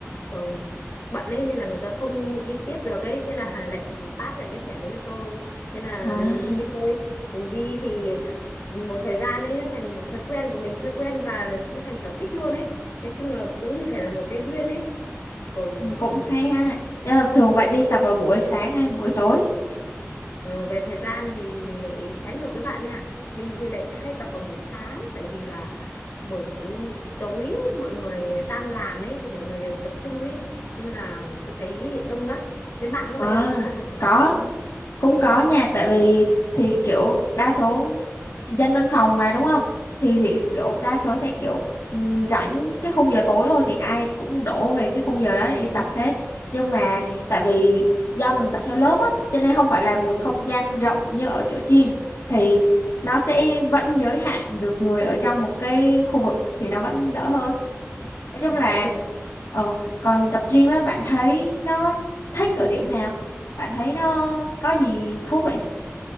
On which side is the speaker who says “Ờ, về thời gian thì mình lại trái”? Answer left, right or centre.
Left